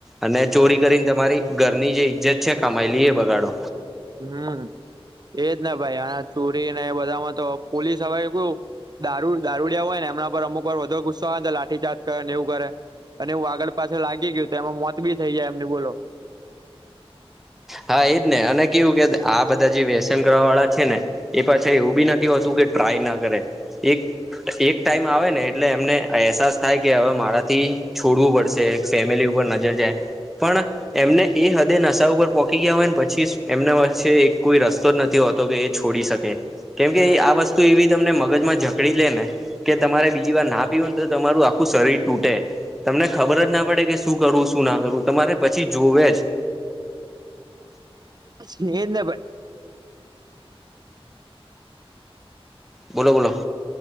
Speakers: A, in the centre; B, on the right.
A: અને
B: હમ
A: ચોરી કરીને તમારી ઘરની જે ઈજ્જત છે કમાયલી એ બગાડો
B: હમ, એજ ને ભાઈ આ ચોરી ને એ બધામાં તો પોલીસ હવે કેવું દારૂ દારૂડીયા હોય ને એમના પર અમુક વાર વધો ગુસ્સો આવે ને લાઠી ચાર્જે કરે ને એવું કરે. અને હું આગળ પાછળ લાગી ગયું તો એમાં મોત બી થઈ જાય એમને બોલો!
A: હા, એજને અને કેવું કે આ બધા જે વ્યસન કરવા વાળા છે ને એ પાછા એવું બી નથી હોતું કે ટ્રાય ના કરે એક એક ટાઈમ આવે ને એટલે એમને અહેસાસ થાય કે હવે મારાથી છોડવું પડશે. ફેમિલી ઉપર નજર જાય પણ એમને એ હદે નશા ઉપર પોચી ગયા હોય ને પછી સુ એમના પાસે એક કોઈ રસ્તો જ નથી હોતો કે એ છોડી શકે. કેમ
B: હમ
A: કે આ વસ્તુ એવી તમને મગજમાં જકડી લે ને કે તમારે બીજી વાર ના પીવું ને તો તમારું આખું શરીર તૂટે તમને ખબર જ ના પડે કે શું કરવું, શું ના કરવું તમારે પછી જોવે જ
B: એજ ને ભાઈ.
A: બોલો, બોલો.